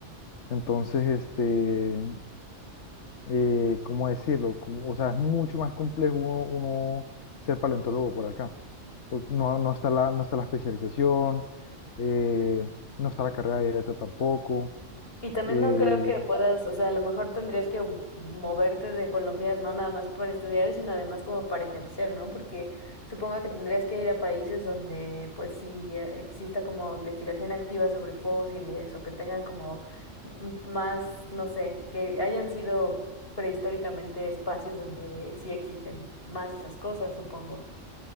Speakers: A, on the left; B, on the left.
A: Entonces, este, eh, ¿cómo decirlo? Como- o sea, es mucho más complejo uno, uno ser paleontólogo por acá. Porque no, no está la, no está la especialización, eh, no está la carrera directa tampoco.
B: Y también
A: eh,
B: no creo que puedas, o sea, a lo mejor tendrías que m- moverte de Colombia, no nada más para estudiar, sino además como para ejercer, ¿no? Porque supongo que tendrías que ir a países donde pues sí eh, exista como investigación activa sobre fósiles o que tengan como m- más, no sé, que hayan sido prehistóricamente espacios donde sí existen más esas cosas, supongo.